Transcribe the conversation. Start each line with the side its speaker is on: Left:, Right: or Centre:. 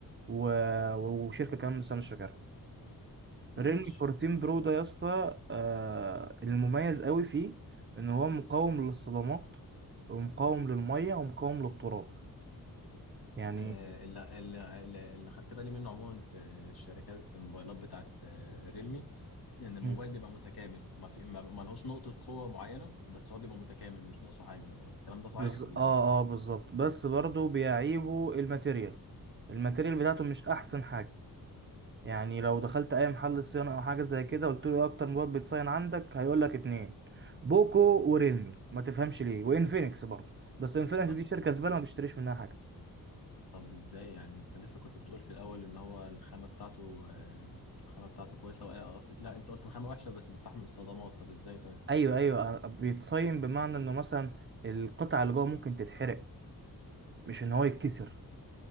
Right: و... وشركه كمان بس انا مش فاكرها
Left: ماشي
Right: ريلمي 14 برو ده يا اسطى آه، المميز قوي فيه ان هو مقاوم للصدمات ومقاوم للميه ومقاوم للتراب يعني
Left: آه، اللي, اللي, اللي اللي خدت بالي منه عموما في الشركات في الموبايلات بتاعت آه، ريلمي ان الموبايل
Right: مم.
Left: بيبقى متكامل ما في ما ما لهوش نقطة قوة معينة بس هو بيبقى متكامل مش ناقصه حاجة هو الكلام ده صحيح
Right: بز...
Left: ولا
Right: اه
Left: ايه
Right: اه بالظبط بس برضو بيعيبه الماتيريال الماتيريال بتاعته مش احسن حاجه يعني لو دخلت اي محل صيانه او حاجه زي كده قلت له ايه اكتر موبايل بيتصين عندك هيقول لك اتنين بوكو وريلمي ما تفهمش ليه وانفينكس برضه بس انفينكس
Left: طب
Right: دي شركه زباله ما بيشتريش منها حاجه
Left: طب ازاي يعني انت لسه كنت بتقول في الاول ان هو الخامة بتاعته آه، الخامة بتاعته كويسة وآه، لا انت قلت الخامة وحشة بس بيستحمل الصدمات طب ازاي طيب
Right: ايوه ايوه بيتصين بمعنى انه مثلا القطعه اللي جوه ممكن تتحرق مش ان هو يتكسر